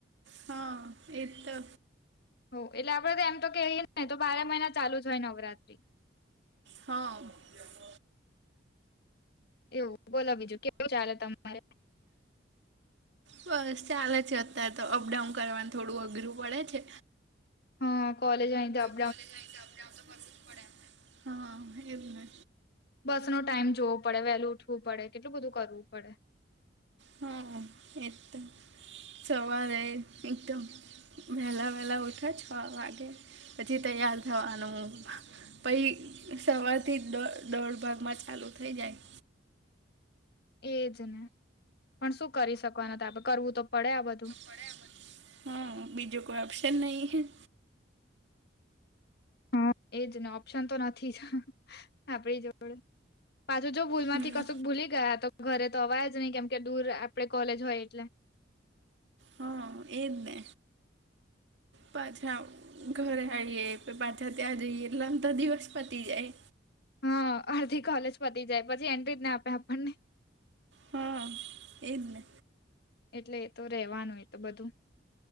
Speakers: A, on the right; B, on the left.
A: હા એજ તો
B: હઓ એટલે આપડે તો એમ તો કય ને તો બારે મહિના ચાલુ જ હોય નવરાત્રી
A: હા <inaudible>
B: એવું બોલો બીજું કેવું ચાલે તમારે
A: બસ ચાલે છે અત્યારે તો અપડાઉન કરવાનું થોડું અઘરું પડે છે
B: હા કોલેજ આઈ ન જોબ
A: કોલેજ આવી જોબ જાઉં તો પડે હા એજ ને
B: બસ નો ટાઈમ જોવો પડે વહેલું ઉઠવું પડે કેટલું બધું કરવું પડે.
A: હા એ તો સવારે એકદમ વહેલા વહેલા ઉઠે છ વાગે પછી તૈયાર થવાનું પહિ સવારથી દો દોઢ ભાગમાં ચાલુ થઈ જાય
B: એજ ને પણ શું કરી શકવાના હતા કરવું તો પડે આ બધું
A: મળ્યા હા બીજું કોઈ ઓપ્શન નહી.
B: હા એજ ને ઓપ્શન તો નથી જ આપડી જોડે પાછું જો ભૂલ માંથી
A: હમ
B: કશુંક ભૂલી ગયા તો ઘરે તો અવાય જ નહી કેમ કે દૂર આપણે કોલેજ હોય એટલે
A: હમ્મ એજ ને પાછા આવુ ઘરે આવીએ પાછા ત્યાં જઈએ એટલે આમ તો દિવસ પતી જાય
B: હા અડધી કોલેજ પતી જાય પછી એન્ટ્રીના આપે આપણને
A: હ એજને
B: એટલે એ તો રેવાનું એ તો બધું